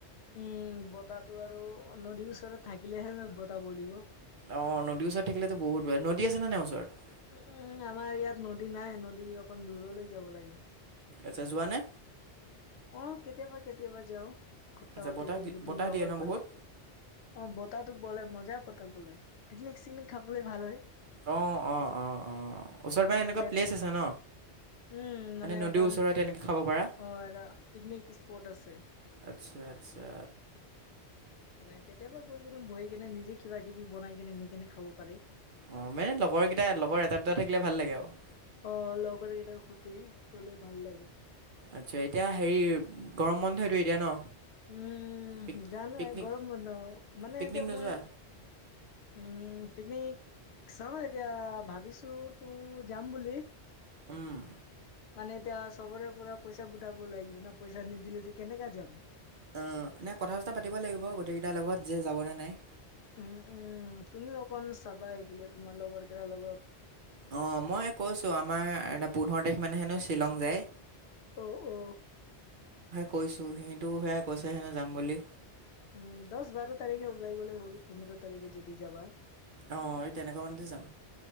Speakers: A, on the left; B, on the right.
A: উম বতাহটো আৰু নদীৰ ওচৰত থাকিলেহে ন বতাহ বলিব
B: অ নদীৰ ওচৰত থাকিলেতো বহুত ব নদী আছে নাই ওচৰত
A: উ উম আমাৰ ইয়াত নদী নাই নদী অকণ দূৰলৈ যাব লাগে
B: আচ্ছা যোৱা নে
A: অ কেতিয়াবা কেতিয়াবা যাও সপ্তাহত
B: আচ্ছা বতাহ
A: এদিন
B: দি
A: দুদিন
B: বতাহ
A: লগৰ
B: দিয়ে ন
A: পালে
B: বহুত
A: অ বতাহটো বলে মজা পতা বলে পিকনিক চিকনিক খাবলৈ ভাল হয়
B: অহ অ অ অ ওচৰ পে
A: লগৰ
B: এনেকুৱা
A: লে
B: প্লেচ আছে ন
A: উম মানে
B: নদীৰ
A: অকণ
B: ওচৰতে এনেকৈ খাব পাৰা
A: অ আৰু পিকনিক স্পট আছে
B: আচ্ছা আচ্ছা
A: মানে কেতিয়াবা বৈ কিনে বহি কিনে নিজে কিবা কিবি বনাই কিনে নিকনে খাব পাৰিম
B: অ মানে লগৰ কেইটা লগৰ এটা দুটা থাকিলে ভাল লাগে আৰু
A: অ লগৰ কেইটা ক্ষতি গ'লে ভাল লাগে
B: আচ্ছা এতিয়া হেৰি গৰম বন্ধটোো এতিয়া ন
A: উম
B: পিক
A: জানো
B: পিকনিক
A: গৰম বন্ধ মানে
B: পিকনিক
A: এতিয়া
B: নোযোৱা
A: মই উম পিকনিক চাওঁ এতিয়া ভাবিছো তো যাম বুলি
B: উম,
A: মানে এতিয়া চবৰে পৰা পইচা গোটাব লাগিব না পইচা নিদিলেেতো কেনেককা যাম
B: আহ নাই কথা চথা পাতিব লাগিব গোটেইকেইটাৰ লগত যে যাবনে নাই
A: উম, উম, তুমি অকণ চাবা আহকিল তোমাৰ লগৰ কেলাৰ লগত
B: অ মই কৈছো আমাৰ এ পোন্ধৰ তাৰিখ মানে হেনো শ্বিলং যায়
A: উ উ
B: কৈছো সিহটো সেয়াই কৈছে হেনো যাম বুলি
A: উম দহ বাৰ তাৰিখে ওললাই গ'লে হ'ল পোন্ধৰ তাৰিখে যদি যাবা
B: অ এই তেনেকুৱা মানুহতে যাম